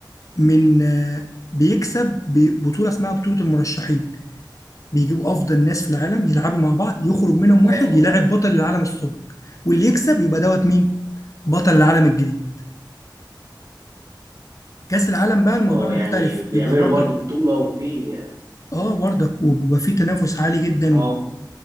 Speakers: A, on the left; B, on the right.
A: من آه، بيكسب ببطولة اسمها بطولة المرشحين بيجيبوا أفضل ناس في العالم يلعبوا مع بعض يخرج منهم
B: اه
A: واحد يلاعب بطل العالم السابق واللي يكسب يبقى دوت مين بطل العالم الجديد كأس العالم بقى الموضوع
B: اه
A: مختلف
B: يعني بيعملوا
A: بيبقى برضك
B: برضو بطولة وفي
A: اه برضك وبيبقى فيه تنافس عالي جدا
B: اه